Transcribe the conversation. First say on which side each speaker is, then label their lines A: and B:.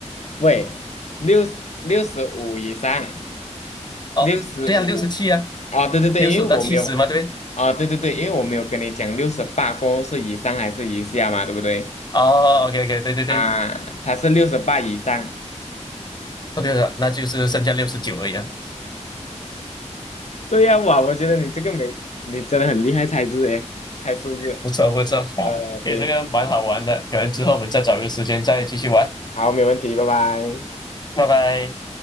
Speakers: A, on the left; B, on the left.
A: 喂，六六十五以上，
B: 哦，
A: 六十五
B: 对啊，六十七啊，
A: 啊，对对对，
B: 六十五到七十嘛，
A: 因为我没有
B: 对不对？
A: 啊，对对对，因为我没有跟你讲六十八过后是以上还是以下嘛，对不对？
B: 哦，OK OK，对对对，
A: 啊，他是六十八以上。
B: 哦对了，那就是剩下六十九而已啊。
A: 对呀，哇，我觉得你这个没，你真的很厉害猜字诶，猜数字。
B: 不错不错，<laughs> 好，
A: 呃，对，
B: 诶，这个蛮好玩的，可能之后我们再找一个时间再继续玩，
A: 好，没问题，拜拜。
B: 拜拜。